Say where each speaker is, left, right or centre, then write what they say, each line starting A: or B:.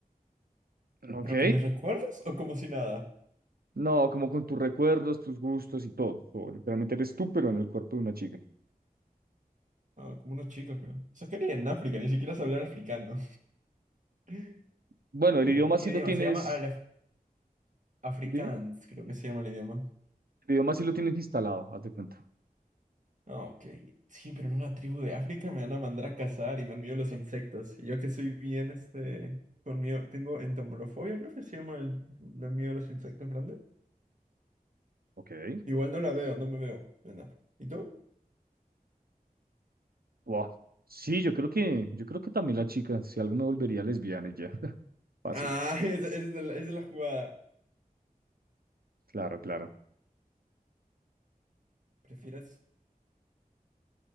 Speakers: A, on the right (about 80°); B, on the right (about 55°).
A: Ok.
B: ¿Pero con mis recuerdos o como si nada?
A: No, como con tus recuerdos, tus gustos y todo. todo. Literalmente eres tú, pero en el cuerpo de una chica.
B: Ah, como unos chicos, creo. O sea, que ni en África, ni siquiera se hablar africano. <laughs>
A: Bueno,
B: Bueno,
A: el idioma
B: ¿qué
A: sí
B: idioma?
A: lo tienes,
B: Se llama Alaf- Afrikaans,
A: dime,
B: creo que se llama el idioma.
A: el idioma sí lo tienes instalado, haz de cuenta.
B: Ah, ok. Sí, pero en una tribu de África me van a mandar a cazar y me han miedo los insectos. Y yo que soy bien, este, con miedo, tengo entomolofobia, creo que se llama el, la miedo a los insectos grande.
A: Ok.
B: Igual no la veo, no me veo en África. ¿Y tú?
A: Wow. Sí, yo creo que, yo creo que también la chica, si algo me volvería lesbiana y ya, <laughs> fácil.
B: Ah, <laughs> esa esa es, de la, esa es la jugada.
A: Claro, claro.
B: ¿Prefieres